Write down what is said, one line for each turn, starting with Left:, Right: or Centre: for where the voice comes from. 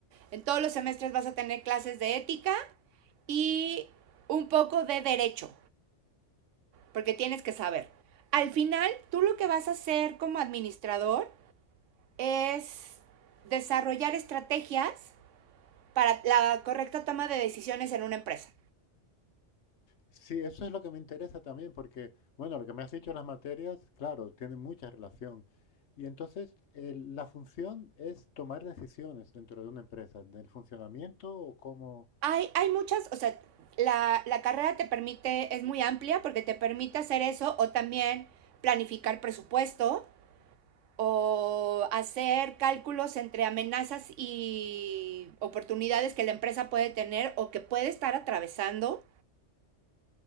Right: En todos los semestres vas a tener clases de ética y un poco de derecho, porque tienes que saber. Al final, tú lo que vas a hacer como administrador es desarrollar estrategias para la correcta toma de decisiones en una empresa.
Left: Sí, eso es lo que me interesa también, porque, bueno, lo que me has dicho, las materias, claro, tienen mucha relación. Y entonces, el- la función es tomar decisiones dentro de una empresa, del funcionamiento o cómo...
Right: Hay, hay muchas, o sea, la, la carrera te permite, es muy amplia porque te permite hacer eso o también planificar presupuesto o hacer cálculos entre amenazas y oportunidades que la empresa puede tener o que puede estar atravesando.